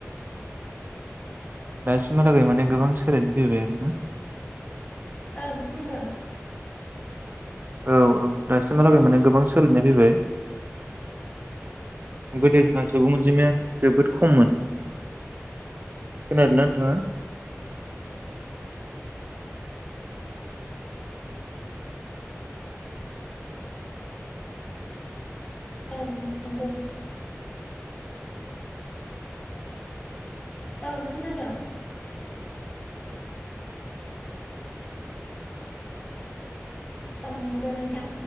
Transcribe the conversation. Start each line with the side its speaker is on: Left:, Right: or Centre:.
Right: दासिमहालागै माने गोबां सोलायनाय फैबाय आरोना
Left: ओं खोनादों।
Right: औ औ दासिमहालागै माने गोबां सोलायनाय फैबाय गोदोना सुबुं अनजिमाया जोबोद खममोन खोनादोंना नोंथाङा?
Left: ओं नोंगौ ओं खोनादों। औं नोंगौ नोंथां